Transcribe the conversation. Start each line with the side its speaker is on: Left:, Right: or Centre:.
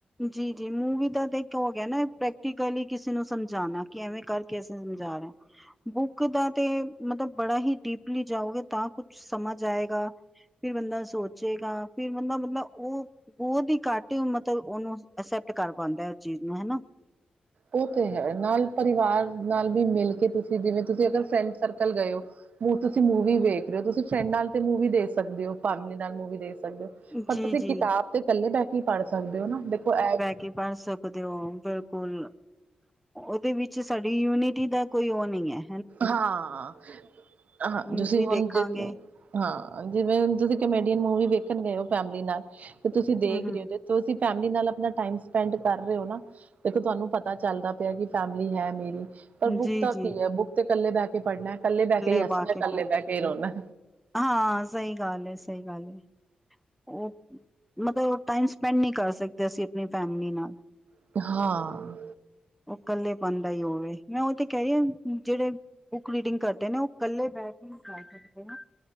Centre: ਜੀ-ਜੀ ਮੂਵੀ ਦਾ ਤਾਂ ਇੱਕ ਹੋ ਗਿਆ ਨਾ, ਪ੍ਰੈਕਟੀਕਲੀ ਕਿਸੇ ਨੂੰ ਸਮਝਾਣਾ ਕਿ ਐਵੇਂ ਕਰ ਕਿਸੇ ਸਮਝਾ ਰੇ? ਬੁੱਕ ਦਾ 'ਤੇ ਮਤਲਬ ਬੜਾ ਹੀ ਡੀਪਲੀ ਜਾਓਗੇ ਤਾਂ ਕੁੱਛ ਸਮਝ ਆਏਗਾ। ਫਿਰ ਬੰਦਾ ਸੋਚੇਗਾ ਫਿਰ ਬੰਦਾ-ਬੰਦਾ ਓ ਬੋਤ ਈ ਘੱਟ ਮਤਲਬ ਉਨੂੰ ਐਕਸੈਪਟ ਕਰ ਪਾਂਦਾ ਐ ਉਸ ਚੀਜ਼ ਨੂੰ ਹੈਨਾ।
Right: ਓ 'ਤੇ ਹੈ ਨਾਲ ਪਰਿਵਾਰ ਨਾਲ ਵੀ ਮਿਲ ਕੇ ਤੁਸੀਂ ਜਿਵੇਂ ਤੁਸੀਂ ਅਗਰ ਫਰੈਂਡ ਸਰਕਲ ਗੇ ਓ ਮੁਵ ਤੁਸੀਂ ਮੂਵੀ ਵੇਖ ਰੇ ਓ ਤੁਸੀਂ ਫਰੈਂਡ ਨਾਲ 'ਤੇ ਮੂਵੀ ਦੇਖ ਸਕਦੇ ਓ, ਪਾਮਿਲੀ ਨਾਲ ਮੂਵੀ ਦੇਖ ਸਕਦੇ ਓ ਪਰ
Centre: ਜੀ
Right: ਤੁਸੀਂ
Centre: ਜੀ
Right: ਕਿਤਾਬ 'ਤੇ ਕੱਲੇ ਬੈਕੇ ਈ ਪੜ ਸਕਦੇ ਓ ਨਾ ਦੇਖੋ ਐ
Centre: ਕਿ ਪੜ ਸਕਦੇ ਓ ਬਿਲਕੁੱਲ। ਉਦੇ ਵਿੱਚ ਸਾਡੀ ਯੂਨਿਟੀ ਦਾ ਕੋਈ ਓ ਨਈ ਐ।
Right: ਹਾਂ, ਹਾਂ
Centre: ਮੂਵੀ
Right: ਤੁਸੀਂ ਹੁਣ
Centre: ਦੇਖਾਂਗੇ
Right: ਦੇਖੋ ਹਾਂ ਜਿਵੇਂ ਹੁਨ ਤੁਸੀਂ ਕਮੇਡੀਅਨ ਮੂਵੀ ਵੇਖਣ ਗਏ ਓ ਫੈਮਿਲੀ ਨਾਲ 'ਤੇ ਤੁਸੀਂ ਦੇਖ
Centre: ਹੂੰ ਹੂੰ
Right: ਰੇ ਓ ਤੇ ਤੁਸੀਂ ਫੈਮਲੀ ਨਾਲ ਆਪਣਾ ਟਾਈਮ ਸਪੈਂਡ ਕਰ ਰੇ ਓ ਨਾ। ਦੇਖੋ ਤੁਹਾਨੂੰ ਪਤਾ ਚੱਲਦਾ ਪਿਆ ਕਿ ਫੈਮਿਲੀ ਹੈ ਮੇਰੀ। ਪਰ ਬੁੱਕ
Centre: ਜੀ
Right: ਤਾਂ
Centre: ਜੀ
Right: ਕੀ ਐ, ਬੁੱਕ ਤੇ ਕੱਲੇ ਬੈ ਕੇ ਪੜਨਾ ਐ, ਕੱਲੇ ਬੈ ਕੇ ਈ ਹੱਸਣਾ,
Centre: ਬਹਿ ਕੇ ਪੜ੍ਹ,
Right: ਕੱਲੇ ਬੈ ਕੇ ਈ ਰੋਣਾ।
Centre: ਹਾਂ ਸਈ ਗੱਲ ਏ, ਸਈ ਗੱਲ ਏ। ਓ, ਮਤਲਬ ਟਾਈਮ ਸਪੈਂਡ ਨੀ ਕਰ ਸਕਦੇ ਅਸੀਂ ਆਪਣੀ ਫੈਮਲੀ ਨਾਲ।
Right: ਹਾਂ।
Centre: ਓ ਕੱਲੇ ਪਣ ਦਾ ਈ ਹੋਵੇ, ਮੈਂ ਉਹੀ ਤੇ ਕੈ ਰੀ ਆ ਜੇੜੇ ਬੁੱਕ ਰੀਡਿੰਗ ਕਰਦੇ ਨੇ ਓ ਕੱਲੇ ਬੈਕੇ ਈ ਕਰ ਸਕਦੇ ਆ।